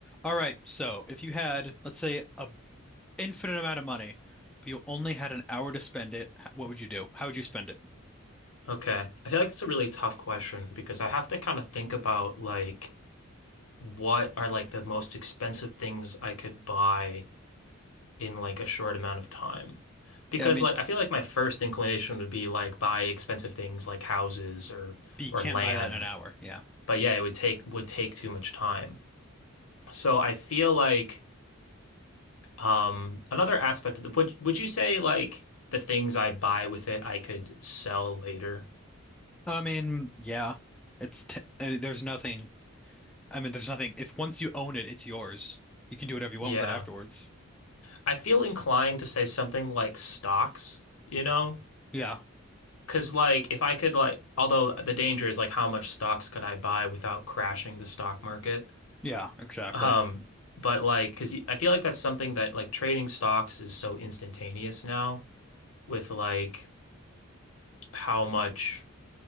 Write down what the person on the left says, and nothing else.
Okay. I feel like it's a really tough question because I have to kind of think about like what are like the most expensive things I could buy in like a short amount of time. Because
like I feel like my first inclination would be like buy expensive things like houses or
or
land.
But yeah, it would take would take too much time. So I feel like um another aspect of the would would you say like the things I buy with it I could sell later?
Yeah.
I feel inclined to say something like stocks, you know?
Because, like, if I could, like, although the danger is, like, how much stocks could I buy without crashing the stock market?
Um, but, like, because I feel like that's something that, like, trading stocks is so instantaneous now with, like, how much,